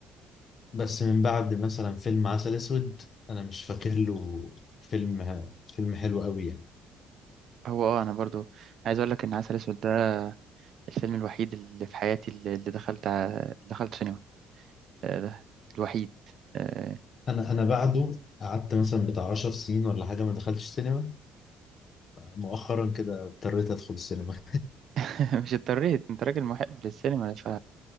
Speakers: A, on the left; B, on the right.
A: بس من بعد مثلا فيلم عسل أسود أنا مش فاكر له فيلم فيلم حلو قوي يعني
B: هو اه انا برضو عايز اقول لك ان عسل اسود ده الفيلم الوحيد اللي في حياتي اللي اللي دخلت ع- اللي دخلت سينما آه، ده الوحيد آه،
A: أنا أنا بعده قعدت مثلا بتاع 10 سنين ولا حاجة ما دخلتش سينما مؤخرا كده اضطريت أدخل السينما
B: <laughs> مش اضطريت انت راجل محب للسينما ف...